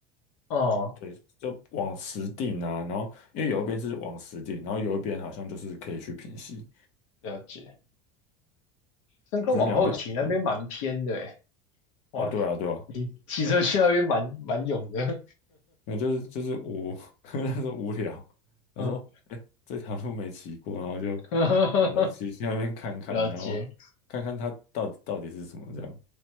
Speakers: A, on the left; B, on the left.
A: 哦，
B: 对，就往实定啊，然后因为有一边是往实定，然后有一边好像就是可以去平息，
A: 了解。深坑往后骑那边蛮偏的欸
B: 只是两边好像感觉
A: 哇，
B: 哦，对啊，对啊，
A: 骑车去那边蛮蛮勇的，
B: 嗯，那就是就是无，<laughs> 那时候无聊，
A: <laughs>
B: 他说，
A: 嗯，
B: 哎，这条路没骑过，然后就，
A: <laughs>
B: 我就骑去那边看看，
A: 了解。
B: 然后看看它到底到底是什么这样，